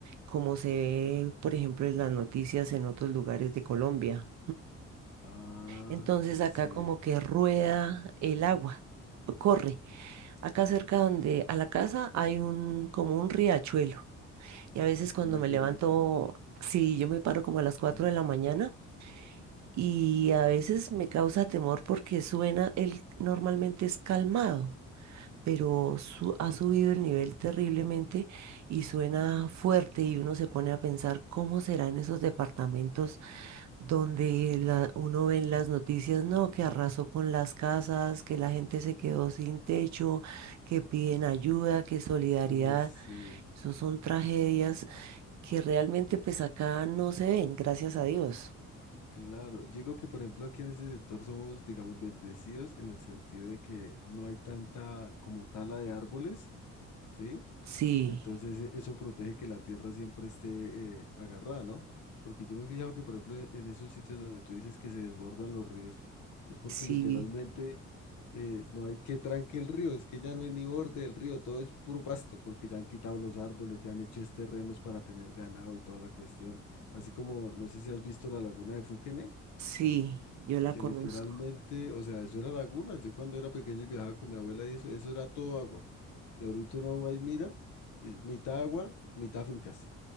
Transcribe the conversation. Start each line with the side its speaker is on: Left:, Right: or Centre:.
Right: como se ve, por ejemplo, en las noticias en otros lugares de Colombia.
Left: Ah,
Right: Entonces acá
Left: sí.
Right: como que rueda el agua, corre. Acá cerca donde a la casa hay un como un riachuelo. Y a veces
Left: Ah,
Right: cuando
Left: como una
Right: me
Left: quebradita.
Right: levanto, sí, yo me paro como a las cuatro
Left: Sí.
Right: de la mañana y a veces me causa temor porque suena, él normalmente es calmado, pero su- ha subido el nivel terriblemente y suena fuerte y uno se pone a pensar cómo serán esos departamentos donde la- uno ve en las noticias, no, que arrasó con las casas, que la gente se quedó sin techo, que piden ayuda, que solidaridad.
Left: Uy, sí.
Right: esos son tragedias que realmente pues acá no se ven, gracias a Dios.
Left: Claro. Yo digo que, por ejemplo, aquí en este sector somos, digamos, bendecidos en el sentido de que no hay tanta como tala de árboles, ¿sí?
Right: Sí,
Left: Entonces e- eso protege que la tierra siempre esté eh, agarrada, ¿no? Porque yo me he fijado que, por ejemplo, e- en esos sitios donde tú dices que se desbordan los ríos, es porque
Right: sí,
Left: literalmente... eh, no hay que tranque el río, es que ya no hay ni borde del río, todo es puro pasto, porque ya han quitado los árboles, ya han hecho es terrenos para tener ganado y toda la cuestión. Así como, no sé si has visto la laguna de Fuquene,
Right: sí, yo la
Left: que
Right: conozco.
Left: literalmente, o sea, eso era laguna. Yo cuando era pequeño viajaba con mi abuela y eso, eso era todo agua. Y ahorita uno va y mira, es mitad agua, mitad fincas.